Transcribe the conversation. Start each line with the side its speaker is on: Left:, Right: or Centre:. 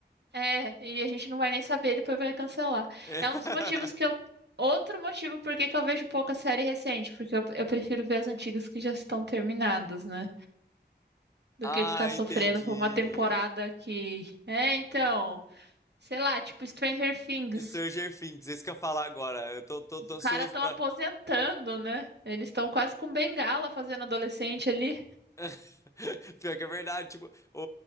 Right: é, e a gente não vai nem saber, depois vai cancelar.
Left: É.
Right: É
Left: <laughs>
Right: um dos motivos que eu. Outro motivo por que que eu vejo pouca série recente, porque eu, eu prefiro ver as antigas que já estão terminadas, né? Do
Left: Ah,
Right: que ficar sofrendo
Left: entendi.
Right: por uma temporada que. É, então. Sei lá, tipo Stranger Things.
Left: Stranger Things, é isso que eu ia falar agora. Eu tô, tô,
Right: Os
Left: tô ansioso
Right: caras estão
Left: pra.
Right: aposentando, né? Eles estão quase com bengala fazendo adolescente ali.
Left: <laughs> Pior que é verdade, tipo, o,